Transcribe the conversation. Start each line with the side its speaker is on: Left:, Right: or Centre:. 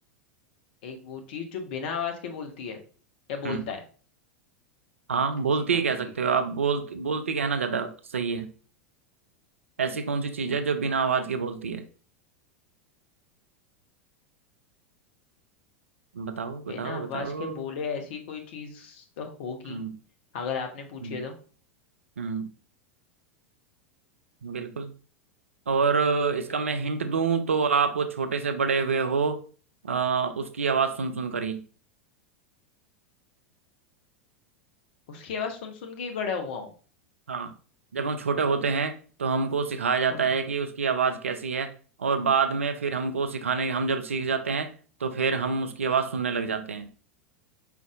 Left: एक वो चीज जो बिना आवाज के बोलती है या
Right: हम्म
Left: बोलता है
Right: हाँ बोलती
Left: ऐसी कौन
Right: है कह
Left: सी
Right: सकते
Left: चीज
Right: हो आप बोलती बोलती कहना ज्यादा सही है ऐसी कौन सी चीज है जो बिना आवाज के बोलती है बताओ बताओ
Left: बिना आवाज
Right: बताओ
Left: के बोले ऐसी कोई चीज तो होगी
Right: हम्म
Left: अगर आपने पूछी
Right: हम्म
Left: है तो
Right: हम्म, बिल्कुल और अ, इसका
Left: हम्म
Right: मैं
Left: हम्म।
Right: हिंट दूं तो आप वो छोटे से बड़े हुए हो अ, उसकी आवाज़ सुन सुन कर ही
Left: उसकी आवाज सुन सुन के ही बड़ा हुआ हूँ
Right: हाँ जब हम छोटे होते हैं तो हमको सिखाया जाता
Left: हाँ
Right: है कि उसकी आवाज़ कैसी है और बाद में फिर हमको सिखाने हम जब सीख जाते हैं तो फिर हम उसकी आवाज़ सुनने लग जाते हैं